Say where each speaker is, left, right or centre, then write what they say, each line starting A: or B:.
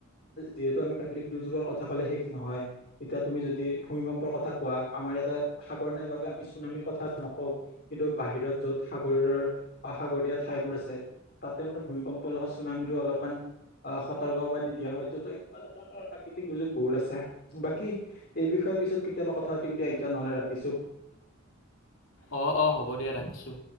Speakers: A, on the left; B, on the left.
A: যিহেতু আমি প্ৰাকৃতিক দুৰ্যোগৰ কথা কলে শেষ নহয় এতিয়া তুমি যদি ভূমিকম্পৰ কথা কোৱা আমাৰ ইয়াতে সাগৰ নাইব আমি চুনামীৰ কথা নকওঁ কিন্তু বাহিৰত য'ত সাগৰৰ অ সাগৰীয়া ঠাইবোৰ আছে তাতে মানে ভূমিকম্প লগা চুনামীৰো অলপমানান সতৰ্ক বানি দিয়া হয় তটো ত এনেকুৱা ধৰণৰ প্ৰাকৃতিক দুৰ্যোগ বহুত আছে বাকী এই বিষয়ে পিছত কেতিয়াবা কথা পাতিম দিয়া এতিয়া নহলে ৰাখিছো <inaudible>
B: অ', অ', হ'ব দিয়া ৰাখিছোঁ।